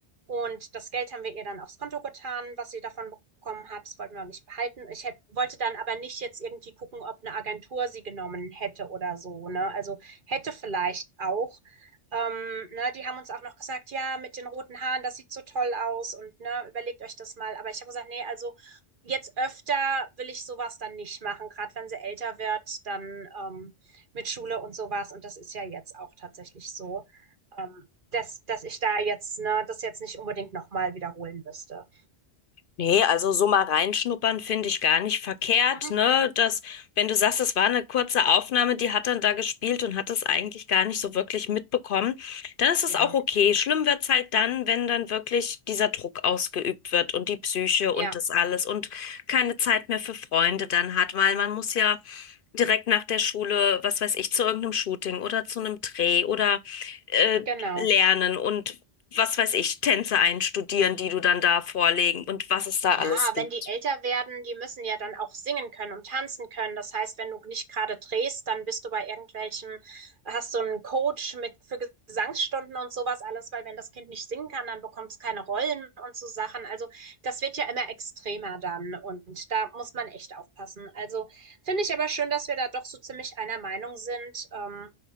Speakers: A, on the right; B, on the left.
A: Und das Geld haben wir ihr dann aufs Konto getan, was sie davon bekommen hat. Das wollten wir auch nicht behalten. Ich hätte, wollte dann aber nicht jetzt irgendwie gucken, ob eine Agentur sie genommen hätte oder so. Ne? Also hätte vielleicht auch. Ähm, ne, die haben uns auch noch gesagt, ja, mit den roten Haaren, das sieht so toll aus und ne, überlegt euch das mal. Aber ich habe gesagt, nee, also jetzt öfter will ich sowas dann nicht machen. Gerade wenn sie älter wird, dann ähm, mit Schule und sowas. Und das ist ja jetzt auch tatsächlich so, ähm, dass, dass ich da jetzt, ne, das jetzt nicht unbedingt nochmal wiederholen müsste.
B: Nee, also so mal reinschnuppern finde ich gar nicht verkehrt,
A: Mhm.
B: ne? dass wenn du sagst, es war eine kurze Aufnahme, die hat dann da gespielt und hat es eigentlich gar nicht so wirklich mitbekommen, dann ist
A: Ja,
B: es auch okay. Schlimm wird's halt dann, wenn dann wirklich dieser Druck ausgeübt wird und die Psyche
A: ja,
B: und das alles und keine Zeit mehr für Freunde dann hat, weil man muss ja direkt nach der Schule, was weiß ich, zu irgendeinem Shooting oder zu einem Dreh oder äh,
A: genau.
B: lernen und was weiß ich, Tänze einstudieren, die du dann da vorlegen und was es da
A: Ja,
B: alles gibt.
A: wenn die älter werden, die müssen ja dann auch singen können und tanzen können. Das heißt, wenn du nicht gerade drehst, dann bist du bei irgendwelchen, hast du einen Coach mit für Gesangsstunden und sowas alles, weil wenn das Kind nicht singen kann, dann bekommt es keine Rollen und so Sachen. Also das wird ja immer extremer dann und da muss man echt aufpassen. Also finde ich aber schön, dass wir da doch so ziemlich einer Meinung sind. Ähm,